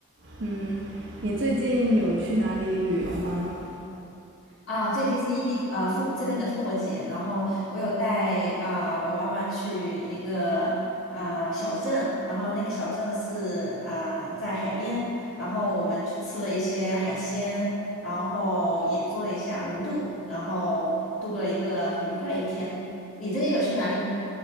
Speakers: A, on the right; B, on the left.
A: 嗯，你最近有去哪里旅游吗？
B: 啊、最近是异地啊、呃、复活这边的复活节，然后我有带啊、我妈妈去一个啊、呃小镇，然后那个小镇是啊、呃在海边，然后我们去吃了一些海鲜，然后也做了一下轮渡，然后度过了一个很愉快的一天。你最近有去哪里？